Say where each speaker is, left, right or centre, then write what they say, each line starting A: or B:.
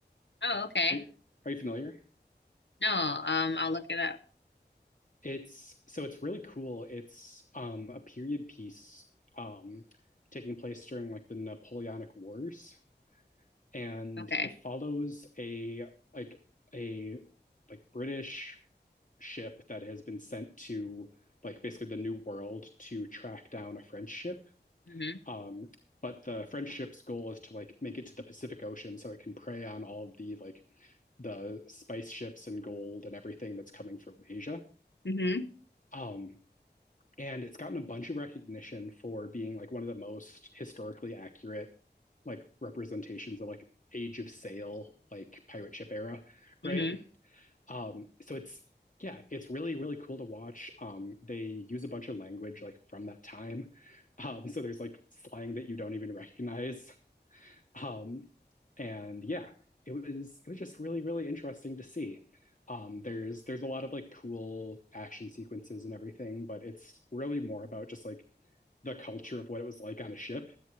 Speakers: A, on the left; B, on the left.
A: Oh, okay.
B: Are you, are you familiar?
A: No, um, I'll look it up.
B: It's so it's really cool. It's um, a period piece um, taking place during like the Napoleonic Wars. and
A: Okay.
B: it follows a like a like British ship that has been sent to like basically the New World to track down a French ship.
A: Mm-hmm.
B: Um, but the French ship's goal is to like make it to the Pacific Ocean so it can prey on all of the like the spice ships and gold and everything that's coming from Asia.
A: Mm-hmm.
B: Um, and it's gotten a bunch of recognition for being like one of the most historically accurate like representations of like age of sail like pirate ship era
A: Mm-hmm.
B: right um so it's yeah it's really really cool to watch um they use a bunch of language like from that time um so there's like slang that you don't even recognize um, and yeah, it was it was just really really interesting to see. Um, there's there's a lot of like cool action sequences and everything, but it's really more about just like the culture of what it was like on a ship,